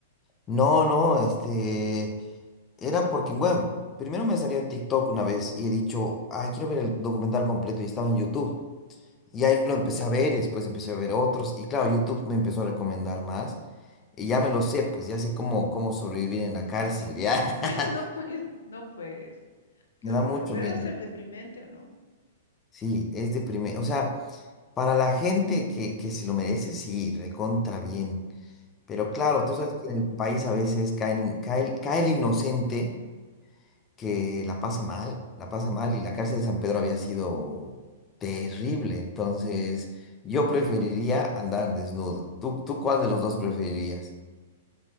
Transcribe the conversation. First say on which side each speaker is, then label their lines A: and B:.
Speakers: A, on the left; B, on the left.
A: No, no, este, era porque, bueno, primero me salió en TikTok una vez y he dicho, ay, quiero ver el documental completo y estaba en YouTube. Y ahí lo empecé a ver y después empecé a ver otros. Y claro, YouTube me empezó a recomendar más. Y ya me lo sé, pues ya sé cómo, cómo sobrevivir en la cárcel. Ya <laughs>
B: Ya No pues, no pues, qué
A: me
B: horror.
A: da mucho
B: Pero
A: miedo.
B: debe ser deprimente o no.
A: Sí, es deprimente. O sea, para la gente que, que se lo merece, sí, recontra bien. Pero
B: Ah,
A: claro,
B: ya.
A: tú sabes que en el país a veces caen, cae, el- cae el inocente que la pasa mal, la pasa mal y la cárcel de San Pedro había sido terrible, entonces yo preferiría andar desnudo. ¿Tú, tú cuál de los dos preferirías?